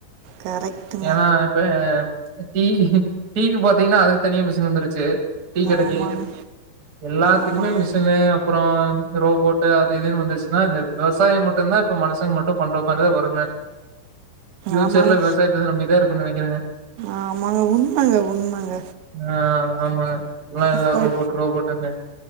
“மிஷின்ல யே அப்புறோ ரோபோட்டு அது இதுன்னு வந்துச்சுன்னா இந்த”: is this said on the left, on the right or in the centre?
Right